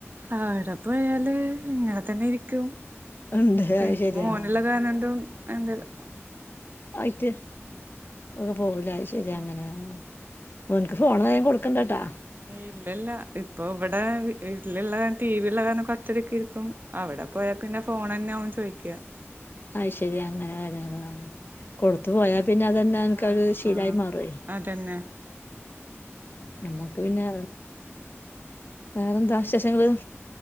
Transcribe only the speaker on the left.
ഉണ്ട്
അത് ശരിയാ
ആയിട്ട് ഒക്കെ പോവല ശരിയാ
അങ്ങനെ മോന്ക്ക് ഫോൺ ങ്ങനെ കൊടുക്കണ്ടട്ടാ.
അ ശരി അങ്ങനൊന
കൊടുത്തു പോയാ പിന്നെ അതന്നെ ഒനക്കരു
ശീലായി മാറേ
നമ്മക്ക് പിന്നെ വേറെന്താ വിശേഷങ്ങള്?